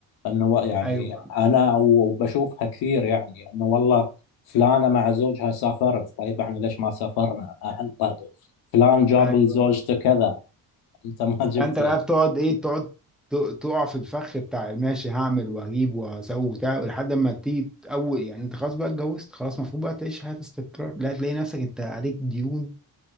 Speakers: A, on the left; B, in the centre.
A: أنه و- يعني
B: ايوه
A: أنا وبشوفها كثير يعني أنه والله فلانة مع زوجها سافرت طيب إحنا ليش ما سافرنا أحنا طيب فلان جاب
B: ايوه
A: لزوجته كذا أنت ما جبت
B: فانت
A: لي
B: بقى بتقعد ايه تقعد ت- تقع في الفخ بتاع ماشي هعمل وهجيب وهسوي وبتاع لحد ما تيجي اول يعني انت خلاص بقى اتجوزت خلاص المفروض بقى تعيش حياة استقرار لا تلاقي نفسك انت عليك ديون